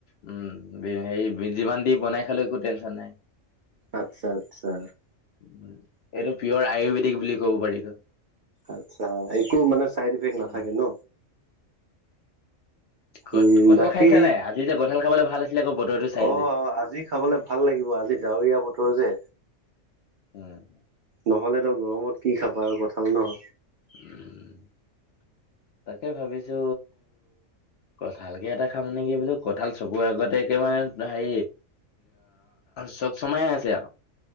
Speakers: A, on the left (about 65°); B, on the right (about 55°).
A: উম হাই যিমান দি বনাই খালৈ একো টেনশচন নাই
B: আচ্ছা আচ্ছা
A: উম, এইটো পিয়ৰ আয়ুৰ্বেদিক বুলি ক'ব পাৰি
B: আচ্ছা একো মানে চাইড ইফেক্ট
A: উম
B: নাথাকে ন
A: ক'ত
B: উম,
A: কঁঠাল
B: বাকী
A: খাইছা নাই আজি যে কঁঠাল খাবলে ভাল আছিলে আকৌ বতৰটো চাই
B: অ
A: যে
B: আজি খাবলে ভাল লাগিব আজি ডাৱৰীয়া বতৰ যে
A: উম
B: নহলে ত গৰমত কি খাবা আৰু কঠাল ন
A: উম তাকে ভাবিছো কঁঠাল কে এটা খাম নেকি বোলো কঁঠাল চকুৰ আগতে একে মানে হাই চক চমাম আছে আও